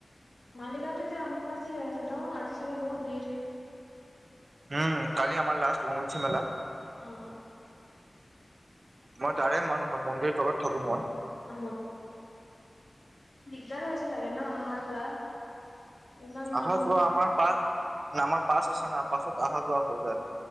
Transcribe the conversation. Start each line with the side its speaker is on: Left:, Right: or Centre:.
Left: মালিগাওঁটো এতিয়ি আম্বুবচী হৈ আছে ন আজি চাগে বহুত ভিৰ।
Right: উম কালি আমাৰ লাষ্ট আম্বুবচি মেলা।
Left: অ'অ'
Right: মই তাৰে মানুহ হয়, মন্দিৰ তলত থাকো মই।
Left: অ <unintelligible> হৈছে চাগে ন' আহা যোৱা। ইমান মানুহ
Right: আহা যোৱা আমাৰ পাছ আমাৰ পাছ আছে না পাছত অহা যোৱা হৈ যায়।